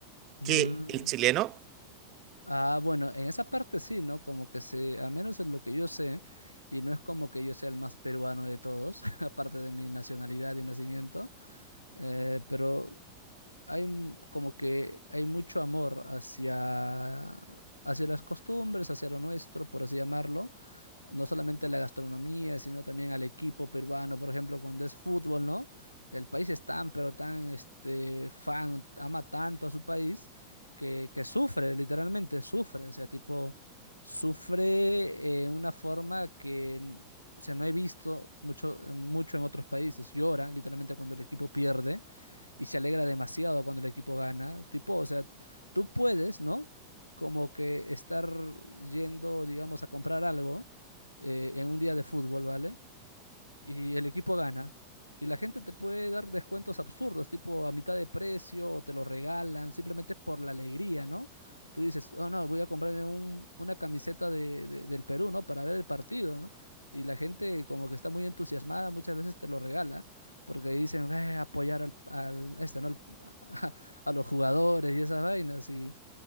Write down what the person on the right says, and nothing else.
que el chileno.